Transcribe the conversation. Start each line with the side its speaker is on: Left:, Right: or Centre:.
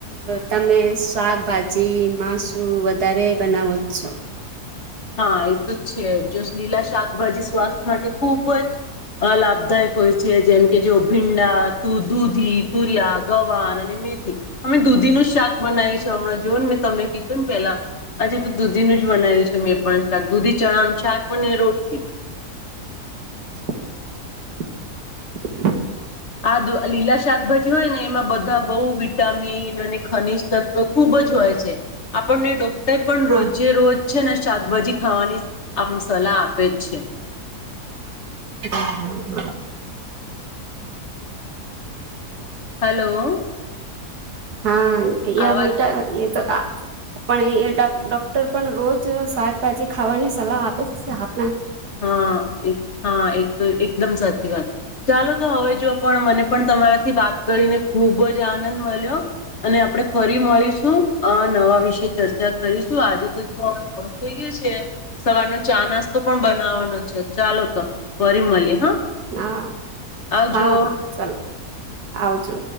Right: તમે શાકભાજી માસુ વધારે બનાવો જ છો
Left: હા એ તો છે જો લીલા શાકભાજી સ્વાસ્થ્ય માટે ખુબ જ લાભદાયક હોય છે જેમ કે જો ભીંડા દૂધી તુરિયા ગવાન અને મેથી અમે દૂધીનું જ શાક બનાય્યું છે હમણાં જોઓ ને મેં તમને કીધું ને પેલા આજે તો દૂધીનું જ બનાય્યું છે મે પણ શાક દૂધી ચણાવનું શાક બને રોટલી
Right: <inaudible> <inaudible>
Left: આ દુ લીલા શાકભાજી હોય ને એમાં બધા બહુ વિટામિન અને ખનીજ તત્વ ખુબ જ હોય છે આપણને ડો તો પણ
Right: હા
Left: રોજે રોજ છે ને શાકભાજી ખાવાની આ સલાહ આપે જ છે
Right: હમ હમ હમ
Left: હલો
Right: હા
Left: આવાજ
Right: મીઠા તો આપ ડ ડ ડોક્ટર પણ રોજ શાકભાજી ખાવાની સલાહ આપે છે આપણે
Left: હા એક હા એક એકદમ સાચી વાત ચાલો તો હવે જો પણ મને પણ તમારાથી વાત કરીને ખુબ જ આનંદ મળ્યો અને આપણે ફરી મળીશું નવા વિશે ચર્ચા કરીશું આજે તો જો મોડું થઈ ગય છે સવારનો ચા નાસ્તો પણ
Right: હા
Left: બ વા છે ચાલો તો ફરી મળીએ હા
Right: હા
Left: આવજો
Right: હા હા ચાલો આવજો